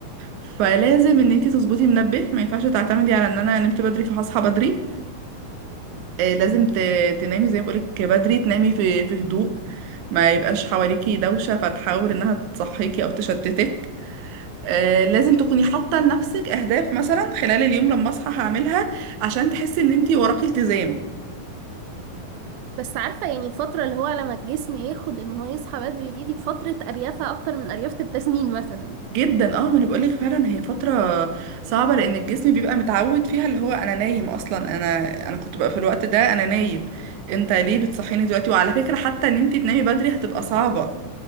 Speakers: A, on the right; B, on the right.
A: فلازم ان انت تظبطي منبه ما ينفعش تعتمدي على ان انا نمت بدري فهصحى بدري آه، لازم ت- تنامي زي ما بقولك بدري تنامي في في هدوء ما يبقاش حواليكي دوشة فتحاول انها تصحيكي او تشتتك آه، لازم تكوني حاطة لنفسك اهداف مثلا خلال اليوم لما اصحى هعملها عشان تحسي ان انتي وراكي التزام
B: بس عارفة يعني الفترة اللي هو لما الجسم ياخد ان هو يصحى بدري دي دي فترة اريافة اكتر من اريافة التسنين مثلا
A: جدا اه ما انا بقولك فعلا هي فترة صعبة لان الجسم بيبقى متعود فيها اللي هو انا نايم اصلا انا انا كنت بقى في الوقت ده انا نايم انت ليه بتصحيني دلوقتي وعلى فكرة حتى ان انتي تنامي بدري هتبقى صعبة